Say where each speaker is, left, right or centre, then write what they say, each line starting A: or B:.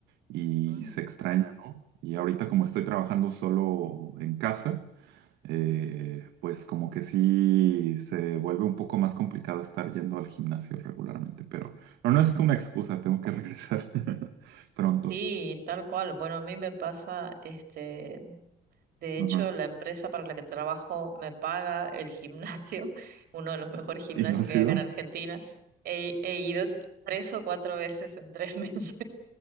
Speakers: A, on the right; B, on the right.
A: y
B: Mm,
A: se extraña, ¿no? Y ahorita como estoy trabajando solo en casa eh, pues como que sí se vuelve un poco más complicado estar yendo al gimnasio regularmente, pero no, no es una excusa, tengo que regresar <laughs> pronto.
B: Sí, tal cual. Bueno, a mí me pasa, este, De hecho,
A: Ajá.
B: la empresa para la que trabajo me paga el gimnasio, <laughs> uno de los mejores gimnasios
A: ¿Y no ha sido?
B: que hay acá en Argentina. He, he ido tres o cuatro veces en tres <laughs> meses.